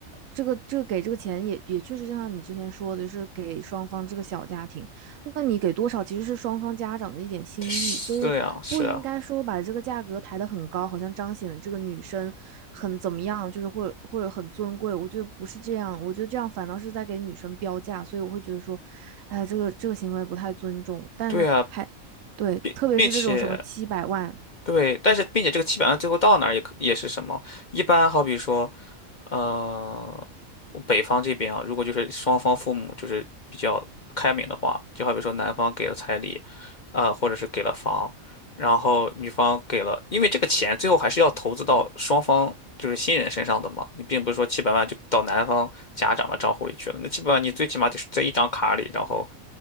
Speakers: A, on the right (about 70°); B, on the left (about 45°).
A: 这个这个给这个钱也也确实，就像你之前说的，就是给双方这个小家庭。那你给多少其实是双方家长的一点心意，
B: 是呀，
A: 所以不应该说把这个价格抬得很高，
B: 是呀，
A: 好像彰显了这个女生很怎么样，就是或者或者很尊贵。我觉得不是这样，我觉得这样反倒是在给女生标价，所以我会觉得说，哎，这个这个行为不太尊重。但是还对，
B: 对呀，并并且
A: 特别是这种什么七百万，
B: 对，但是并且这个七百万最后到哪儿也可也是什么？一般好比说。呃，北方这边啊，如果就是双方父母就是比较开明的话，就好比说男方给了彩礼，啊、或者是给了房，然后女方给了，因为这个钱最后还是要投资到双方就是新人身上的嘛，你并不是说七百万就到男方家长的账户里去了，那七百万你最起码得是在一张卡里，然后